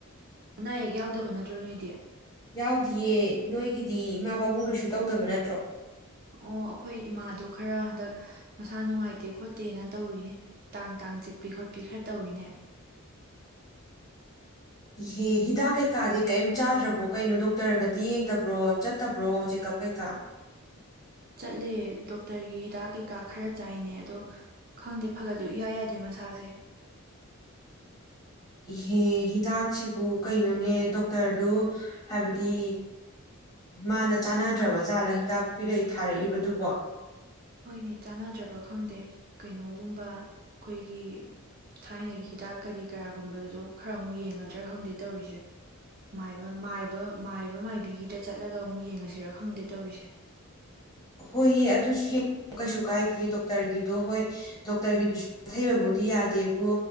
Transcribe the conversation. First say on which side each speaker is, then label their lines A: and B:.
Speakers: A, on the right; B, on the left.
A: ꯑꯅꯥ ꯑꯌꯦꯛ ꯌꯥꯎꯗꯕ ꯅꯠꯇ꯭ꯔꯣ ꯅꯣꯏꯗꯤ
B: ꯌꯥꯎꯗꯤꯌꯦ ꯅꯣꯏꯒꯤꯗꯤ ꯏꯃꯥ ꯄꯥꯕꯨꯡ ꯀꯩꯁꯨ ꯇꯧꯗꯕ ꯅꯠꯇ꯭ꯔꯣ
A: ꯑꯣ ꯑꯩꯈꯣꯏ ꯏꯃꯥꯗꯣ ꯈꯔ ꯍꯟꯗꯛ ꯃꯁꯥ ꯅꯨꯡꯉꯥꯏꯇꯦ ꯈꯣꯠꯇꯦꯅ ꯇꯧꯔꯤ ꯇꯥꯡ ꯇꯥꯡ ꯆꯤꯛꯄꯤ ꯈꯣꯠꯄꯤ ꯈꯔ ꯇꯧꯏꯅꯦ
B: ꯏꯍꯦ ꯍꯤꯗꯥꯛ ꯀꯩꯀꯥꯗꯤ ꯀꯔꯤꯝ ꯆꯥꯗ꯭ꯔꯕꯣ ꯀꯩꯅꯣ ꯗꯣꯛꯇꯔꯒꯗꯤ ꯌꯦꯡꯗꯕ꯭ꯔꯣ ꯆꯠꯇꯕ꯭ꯔꯣ ꯆꯦꯛꯀꯞ ꯀꯩꯀꯥ
A: ꯆꯠꯂꯦ ꯗꯣꯛꯇꯔꯒꯤ ꯍꯤꯗꯥꯛ ꯀꯩꯀꯥ ꯈꯔ ꯆꯥꯏꯅꯦ ꯑꯗꯣ ꯈꯪꯗꯦ ꯐꯒꯠꯂꯨ ꯏꯌꯥ ꯌꯥꯗꯦ ꯃꯁꯥꯁꯦ
B: ꯏꯍꯦꯍ ꯍꯤꯗꯥꯛꯁꯤꯕꯨ ꯀꯩꯅꯣꯅꯦ ꯗꯣꯛꯇꯔꯗꯨ ꯍꯥꯏꯕꯗꯤ ꯃꯥꯅ ꯆꯥꯟꯅꯗ꯭ꯔꯕ ꯖꯥꯠꯂꯥ ꯍꯤꯗꯥꯛ ꯄꯤꯔꯛꯏ ꯊꯥꯔꯛꯏꯕꯗꯨꯕꯣ
A: ꯍꯣꯏꯅꯦ ꯆꯥꯟꯅꯗ꯭ꯔꯕ ꯈꯪꯗꯦ ꯀꯩꯅꯣꯒꯨꯝꯕ ꯑꯩꯈꯣꯏꯒꯤ ꯊꯥꯏꯅꯒꯤ ꯍꯤꯗꯥꯛ ꯀꯔꯤ ꯀꯔꯥꯒꯨꯝꯕꯗꯨ ꯈꯔ ꯑꯃꯨꯛ ꯌꯦꯡꯉꯗ꯭ꯔꯥ ꯈꯪꯗꯦ ꯇꯧꯔꯤꯁꯦꯕꯥꯏꯕ ꯃꯥꯏꯕ ꯃꯥꯏꯕꯤꯒꯤꯗ ꯆꯠꯂꯒ ꯑꯃꯨꯛ ꯌꯦꯡꯉꯁꯤꯔ ꯈꯪꯗꯦ ꯇꯧꯔꯤꯁꯦ
B: ꯍꯣꯏꯌꯦ ꯑꯗꯨꯁꯨ ꯀꯩꯁꯨ ꯀꯥꯏꯗꯦ ꯗꯣꯛꯇꯔꯒꯤꯗꯣ ꯍꯣꯏ ꯗꯣꯛꯇꯔꯒꯤꯗꯨꯁꯨ ꯁꯥꯊꯩꯕꯕꯨꯗꯤ ꯌꯥꯗꯦꯕꯣ